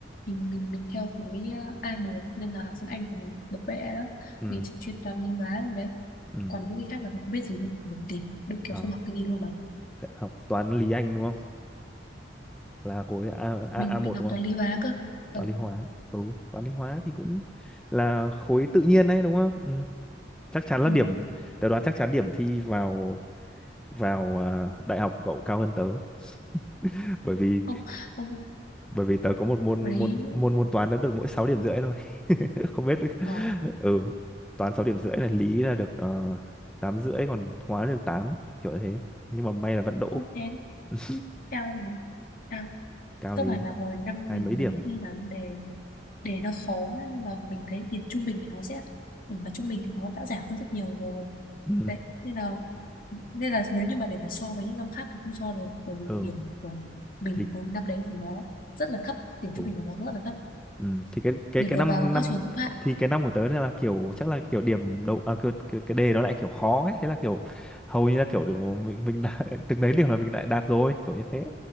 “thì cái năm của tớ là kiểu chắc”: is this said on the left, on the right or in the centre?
Centre